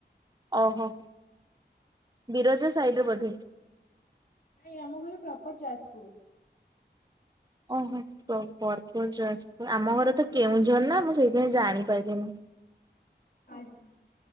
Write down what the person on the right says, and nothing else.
ଓ ହୋ ବିରଜା ସାଇଡ଼ି ରେ ବୋଧେ।
ଓହୋ ପ୍ରପର ଯାଜପୁର ଆମ ଘର ତ କେଉଁଝର ନା ମୁଁ ସେଇଥିପାଇଁ ଜାଣିପାରିଲିନି।